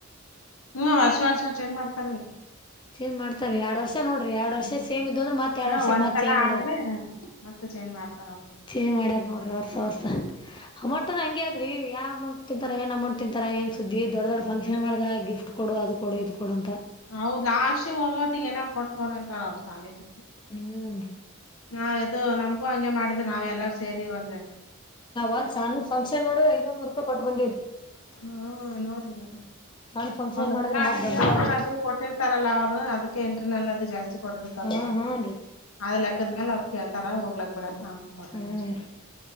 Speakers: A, on the left (about 75°); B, on the left (about 20°).
A: ಹೂಂ ವರ್ಷ ವರ್ಷ ಚೇಂಜ್ ಮಾಡ್ತಾರೆ.
B: ಚೇಂಜ್ ಮಾಡ್ತಾರ ಎರಡ್ ವರ್ಷ ನೋಡ್ರಿ ಎರಡ್ ವರ್ಷ
A: ಹ್ಮ್
B: ಸೇಮ್ ಇದ್ವು ಅಂದ್ರ ಮತ್ ಎರಡ್
A: ಹಾ
B: ವರ್ಷ
A: ಒಂದ್ಸಲ
B: ಮತ್ ಚೇಂಜ್ ಮಾಡದ್ರಿ.
A: ಆದ್ರೆ ಮತ್ತ ಮಾಡ್ತಾರ ಅವ್ರ
B: ಚೇಂಜ್ ಮಾಡ್ಯಾರ ನೋಡ್ರಿ ವರ್ಷ ವರ್ಷ ಅಮೌಂಟುನು ಹಂಗೆ ದ್ರಿ ಯಾವ್ ಅಮೌಂಟ್ ತಿಂತಾರ ಏನ್ ಅಮೌಂಟ್ ತಿಂತಾರ ಏನ್ ಸುದ್ದಿ ದೊಡ್ ದೊಡ್
A: ಹೋದ್ರ
B: ಫಂಕ್ಶನ್ ಮಾಡತಾರ ಗಿಫ್ಟ್ ಕೊಡು ಅದು ಕೊಡು ಇದು ಕೊಡು ಅಂತ.
A: ಹೌದ್ ಲಾಸ್ಟಿಗೆ ಹೋಗೋತ್ತಿಗ್ ಏನಾರ್ ಕೊಟ್ಟ್ ಬರ್ಬೇಕು ಕಣ ಅವ್ರ್ ಶಾಲಿಗ್.
B: ಹ್ಮ್.
A: ನಾವ್ ಯದು ನಮ್ಗೂ ಹಂಗೆ ಮಾಡಿದ್ರ ನಾವ್ ಎಲ್ಲಾರು ಸೇರಿ ಒಂದ
B: ನಾವ್ ಒಂದ್ ಸಣ್ಣ ಫಂಕ್ಶನ್ ನೋಡುದ್ರು ಐನೂರುನೂರು ರೂಪಾಯಿ ಕೊಟ್ಟ್ ಬಂದೀವ್ರಿ.
A: ಹಾ ನೋಡ್ರಿ ಮತ್ತ.
B: ಸಣ್ಣ ಫಂಕ್ಷನ್
A: ಒಂದೊಂದ್ಸಲ
B: ಮಾಡಿದ್ರೆ
A: ಅಟೆಂಡೆನ್ಸ್
B: ಮತ್ ದೊಡ್ಡವು ಅಲ್ರಿ
A: ಮೇಲೆ ಅದು ಕೊಟ್ಟಿರ್ತಾರಲ್ಲ ಅವ್ರು ಅದಕ್ ಎಂಟ್ರಿನಲ್ ಅದು ಜಾಸ್ತಿ ಕೊಟ್ಟಿರ್ತಾರಲ್ಲ
B: ಹ್ಮ್ ಹ್ಮ್ ರೀ
A: ಆ ಲೆಕ್ಕದ್ಮೇಲೆ ಕೇಳ್ತರ ಹೋಗ್ಲಕ್ ಬುಡಕ್ಕ ಅವ್ನಿಗ್ ಕೊಟ್ಟಂಗಷ್ಟೇ.
B: ಹ್ಮ್